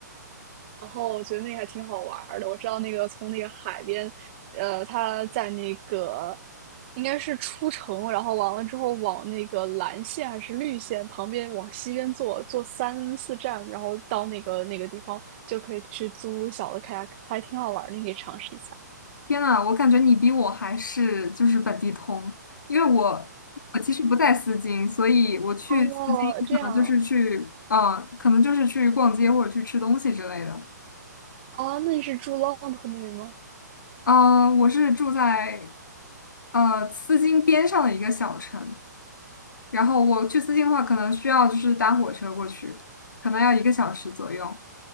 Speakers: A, on the right; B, on the left.
A: 然后我觉得那个还挺好玩儿的。我知道那个从那个海边，呃，他在那个应该是出城，然后完了之后往那个蓝线还是绿线旁边往西边坐，坐三四站，然后到那个那个地方就可以去租小的 kayak，还挺好玩儿的，你可以尝试一下。
B: 天呐，我感觉你比我还是就是本地通，因为我我其实不在丝巾，所以我去丝巾可能就是去，
A: 哦，这样
B: 嗯、可能就是去逛街或者去吃东西之类的。
A: 啊？那你是住 London 那边吗？
B: 嗯、我是住在呃丝巾边上的一个小城，然后我去丝巾的话，可能需要就是搭火车过去，可能要一个小时左右。